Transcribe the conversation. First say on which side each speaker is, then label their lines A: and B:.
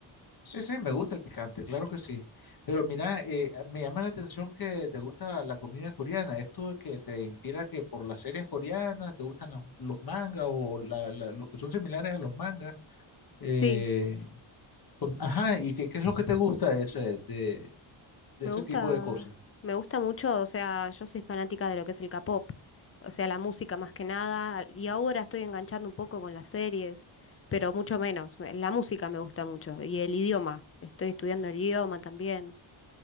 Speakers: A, on the left; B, on the left.
A: Sí, sí, me gusta el picante, claro que sí. Pero mira, eh, me llama la atención que te gusta la comida coreana. ¿Esto que te inspira que por las series coreanas te gustan las- los mangas o la- la- los que son similares a los mangas? Eh,
B: Sí.
A: con- ajá, ¿y qué, qué es lo que te gusta ese de, de
B: Me
A: ese
B: gusta,
A: tipo de cosas,
B: me gusta mucho, o sea, yo soy fanática de lo que es el K-pop, o sea, la música más que nada, y ahora estoy enganchando un poco con las series, pero mucho menos. me- La música me gusta mucho y el idioma, estoy estudiando el idioma también,